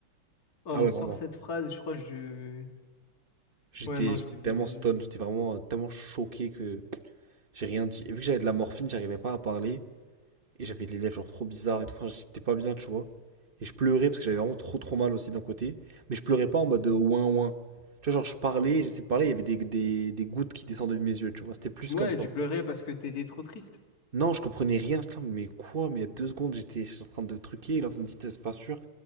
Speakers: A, on the left (about 45°); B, on the right (about 40°).
A: Oh,
B: Ah
A: on me
B: ouais,
A: sort
B: vraiment.
A: cette phrase, je crois que je.
B: J'étais,
A: Ouais, non,
B: j'étais
A: je devais.
B: tellement stone, j'étais vraiment euh, tellement choqué que. J'ai rien dit. Et vu que j'avais de la morphine, j'arrivais pas à parler. Et j'avais les lèvres genre trop bizarres et tout. Enfin, j'étais pas bien, tu vois. Et je pleurais parce que j'avais vraiment trop trop mal aussi d'un côté. Mais je pleurais pas en mode euh, ouin ouin. Tu vois, genre je parlais, j'essayais de parler, il y avait des, des, des gouttes qui descendaient de mes yeux, tu vois. C'était plus
A: Ouais,
B: comme ça.
A: tu pleurais parce que t'étais trop triste.
B: Non, je comprenais rien. Putain, mais quoi? Mais il y a deux secondes, j'étais en train de truquer. Et là, vous me dites, c'est pas sûr.